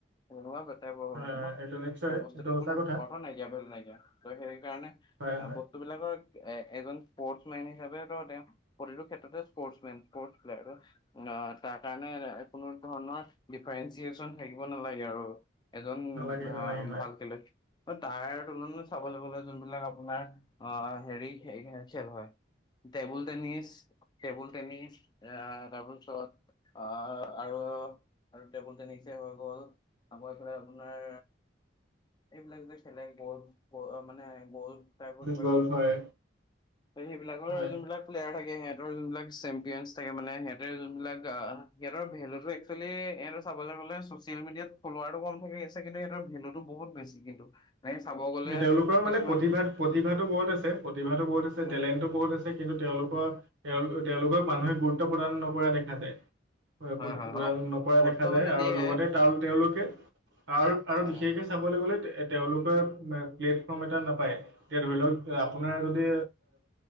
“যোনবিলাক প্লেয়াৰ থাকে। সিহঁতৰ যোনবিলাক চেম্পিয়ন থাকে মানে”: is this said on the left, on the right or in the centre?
Left